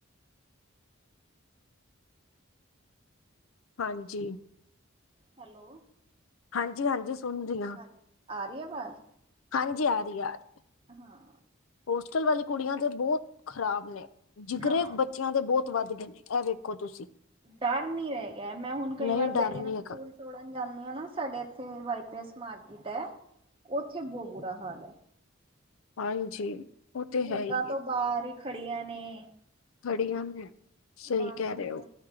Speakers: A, on the left; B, on the right.
A: ਹਾਂਜੀ।
B: ਹੈਲੋ।
A: ਹਾਂਜੀ ਹਾਂਜੀ ਸੁਣ ਰਹੀ ਆ
B: ਹਾਂਜੀ ਆ ਰਹੀ ਆਵਾਜ਼?
A: ਹਾਂਜੀ ਆ ਰਹੀ ਆ ਰਹੀ।
B: ਹਾਂ।
A: ਹੋਸਟਲ ਵਾਲੀ ਕੁੜੀਆਂ ਤੇ ਬਹੁਤ ਖ਼ਰਾਬ ਨੇ ਜਿਗਰੇ
B: ਹਾਂ
A: ਬੱਚਿਆਂ ਦੇ ਬਹੁਤ ਵੱਧ ਗਏ ਨੇ। ਇਹ ਵੇਖੋ ਤੁਸੀਂ
B: ਡਰ ਨੀ ਰਹਿ ਗਿਆ ਮੈਂ ਹੁਣ ਕਈ
A: ਨਹੀਂ
B: ਵਾਰ
A: ਡਰ
B: ਬੇਟੇ
A: ਨੀ
B: ਨਾਲ ਸਕੂਲ‌।
A: ਹੈਗਾ
B: ਛੋੜਨ ਜਾਂਦੀ ਹੈ ਨਾ ਸਾਡੇ ਇੱਥੇ ਵਾਈ ਪੀਐਸ ਮਾਰਕੀਟ ਹੈ ਉੱਥੇ ਬਹੁਤ ਬੁਰਾ ਹਾਲ ਹੈ।
A: ਹਾਂਜੀ। ਉਹ ਤੇ
B: ਸਕੂਲਾਂ
A: ਹੈ ਹੀ ਏ।
B: ਤੋਂ ਬਾਹਰ ਹੀ ਖੜ੍ਹੀਆਂ ਨੇ।
A: ਖੜੀਆਂ ਨੇ ਸਹੀ
B: ਨਾ
A: ਕਹਿ
B: ਸਕੂਲ
A: ਰਹੇ ਹੋ
B: ਨਾ।